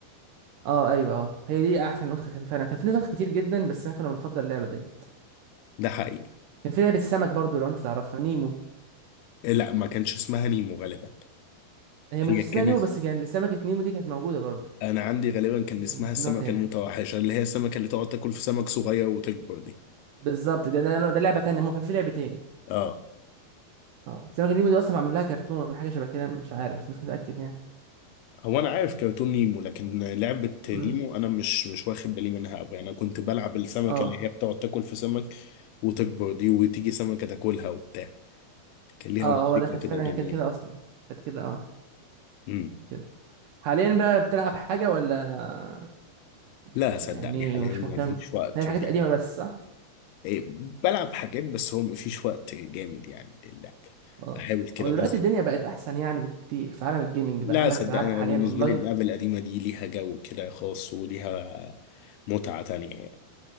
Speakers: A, on the right; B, on the left.
A: اه ايوه اه هي دي احسن نسخة كان فعلا كان في نسخ كتير جدا بس احنا كنا بنفضل اللعبة دي
B: ده حقيقي
A: كان في لعبة السمك برضو لو انت تعرفها نيمو
B: لا ما كانش اسمها نيمو غالبا
A: هي
B: هي
A: مش اسمها
B: كانت
A: نيمو بس كان سمكة نيمو دي كانت موجودة برضو
B: انا عندي غالبا كان
A: يعني
B: اسمها السمكة
A: في نوع تاني
B: المتوحشة اللي هي السمكة اللي تقعد تاكل في سمك صغير وتكبر دي
A: بالظبط ده ده, ده لعبة تانية ممكن في لعبتين
B: اه
A: اه سمكة نيمو دي اصلا معمول لها كرتون حاجة شبه كده مش عارف مش متأكد يعني
B: هو انا عارف كرتون نيمو لكن لعبة نيمو
A: مم.
B: انا مش مش واخد بالي منها قوي انا كنت بلعب السمكة
A: اه
B: اللي هي بتقعد تاكل في سمك وتكبر دي وتيجي سمكة تاكلها وبتاع كان ليها
A: اه
B: موسيقى
A: هو ده كانت
B: كده
A: فعلا
B: جميلة
A: هي كانت كده اصلا كانت كده اه
B: امم
A: كده. حاليا بقى بتلعب حاجة ولا
B: لا صدقني
A: يعني
B: حاليا
A: مش
B: ما
A: مهتم
B: فيش وقت
A: هي الحاجات
B: يعني
A: القديمة بس صح
B: إيه، بلعب حاجات بس هو ما فيش وقت جامد يعني للعب
A: اه
B: بحاول كده
A: هو
B: انزل
A: دلوقتي الدنيا بقت احسن يعني بكتير في عالم الجيمنج
B: لا
A: بقى عندك
B: صدقني
A: العاب حاليا
B: أنا بالنسبة
A: اونلاين
B: لي اللعبة القديمة دي ليها جو كده خاص وليها متعة تانية يعني.